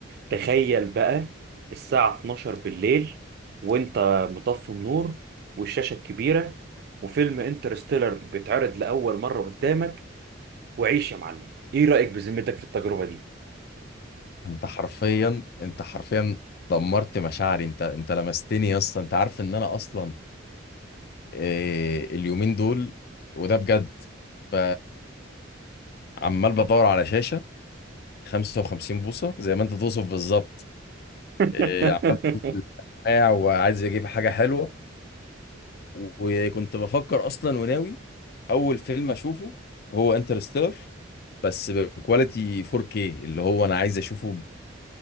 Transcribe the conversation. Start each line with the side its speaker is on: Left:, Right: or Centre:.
Right: تخيل بقى الساعة 12 بالليل وانت مطفي النور والشاشة الكبيرة وفيلم انترستيلر بيتعرض لأول مرة قدامك وعيش يا معلم ايه رأيك بذمتك في التجربة دي
Left: انت حرفيا انت حرفيا دمرت مشاعري انت انت لمستني يا اسطى انت عارف ان انا اصلا آه، اليومين دول وده بجد ب... عمال بدور على شاشه 55 بوصه زي ما انت توصف بالظبط
Right: <laughs>
Left: آه، عمال واقع وعايز اجيب حاجه حلوه وكنت بفكر اصلا وناوي اول فيلم اشوفه هو انترستيلر بس بكواليتي 4K اللي هو انا عايز اشوفه